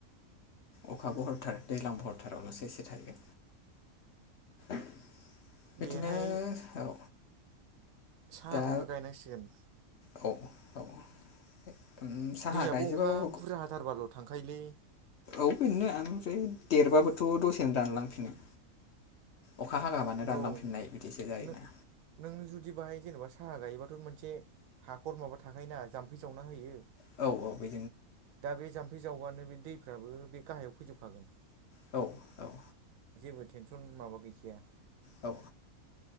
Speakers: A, on the left; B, on the right.
A: अखा बहथार दैज्लां बहरथारावल'सो एसे थायो। बिदिनो
B: बेहाय
A: औ
B: साहाखौनो
A: दा
B: गायनांसिगोन।
A: औ औ साहा
B: दैयाबो
A: गायजोबाबाबो
B: अखा बुरजा हाथारबाल' थांखायोलै
A: औ बेनो ओमफ्राय देरबाबोथ' दसेनो रानलांफिनो अखा हागाबानो रानलांफिननाय
B: औ
A: बिदिसो जायोना
B: नों नों जुदि बाहाय जेनेबा साहा गायोबाथ' मोनसे हाखर माबा थाखायायोना जाम्फै जावना होयो।
A: औ -औ - बे
B: दा बे जाम्फै जावबानो बे दैफ्राबो बे गाहायाव फैजोबखागोन।
A: औ औ
B: जेबो टेनसन माबा गैखाया।
A: औ